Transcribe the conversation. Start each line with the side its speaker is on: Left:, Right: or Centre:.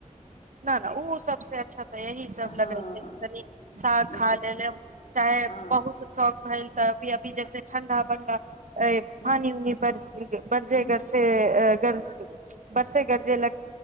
Right: ना ना उसब सबसे अच्छा तऽ यही सब
Left: हँ
Right: लगे छै कि कनी साग खा
Left: ई सब
Right: लेले चाहे
Left: हँ
Right: बहुत शौक भइल तऽभी अभी जैसे ठण्डा बनडा अय
Left: हूँ
Right: पानी उनी बरजे
Left: हूँ
Right: गरसे बरसे गरजे जे ल